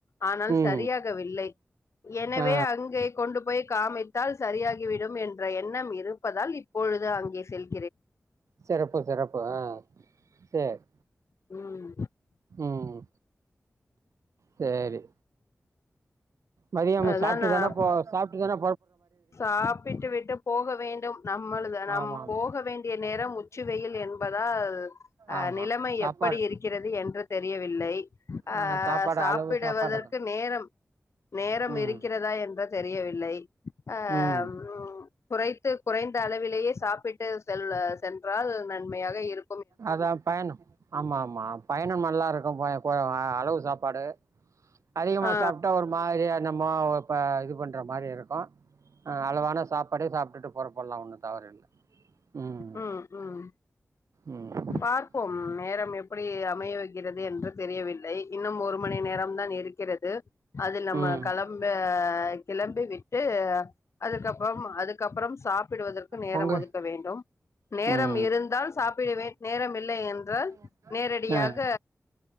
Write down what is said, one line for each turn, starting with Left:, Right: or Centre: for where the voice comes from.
Left: ஆனால்
Right: ம்
Left: சரியாகவில்லை எனவே
Right: ஆ
Left: அங்கே கொண்டு போய் காமித்தால் சரியாக என்றும் என்ட எண்ணம் இருப்பதால் இப்பொழுது அங்கே செல்
Right: சிறப்பு சிறப்பு ஆஹ் செர்
Left: ம்
Right: உம் செரி மதியோம்
Left: அதான்
Right: சாப்புட்டு
Left: நான்
Right: தானா போ
Left: ப-
Right: சாப்புட்டுதானே
Left: சாப்பிட்டு விட்டு போக வேண்டும் நம்மளது நம்
Right: ஆமா ஆமா
Left: போக வேண்டிய நேரம் உச்ச வெயில் என்பதால் அஹ்
Right: ஆமா
Left: நிலைமை
Right: சாப்பாடு
Left: எப்படி இருக்கிறது என்று தெரியவில்லை அஹ்
Right: ஆனா சாப்பாடு
Left: சாப்பிடுவதற்கு
Right: அளவு சாப்பாடுதா
Left: நேரம் நேரம்
Right: ம்
Left: இருக்கிறதா என்று தெரியவில்லை <unintelligible> ஆஹ
Right: ம்
Left: உ குறைது குறைந்த அளவிலேயே சாப்பிட்டு செ சென்றால் நன்மையாக இரு
Right: அதா பயணம் ஆமா ஆமா பயணம் மாட் நல்லா இருக்கும்பா கோ அளவு சாப்பாடு அதிகமா
Left: ஆ
Right: சாப்ட்டா ஒரு மாதிரியா நம்மோ ப இது பண்ற மாதிரி இருக்கு அளவான சாப்பாடே சாப்பிட்டு போறப்படலா ஒன்னு தவற் இல்ல ம்
Left: உஹம் உஹம்
Right: ம்
Left: பார்ப்போம் நேரம் எப்படி அமைய வை கிறது என்று தெரியவில்லை இன்னும் ஒரு மணி நேரம தான் இருக்கிறது அதில் நம்ம
Right: ம்
Left: கிளம்ப
Right: ம்
Left: கிளம்பி விட்டு அதுக்கப்றோம் அதுக்கப்றோம் சாப்பிடுவதற்கு நேரம்
Right: பொங்க
Left: ஒதுக்க வேண்டும் நேரம்
Right: ம்
Left: இருந்தால் சாப்பிடுவேன் நேரம் இல்லை என்றால்
Right: என்றால்
Left: நேரடியாக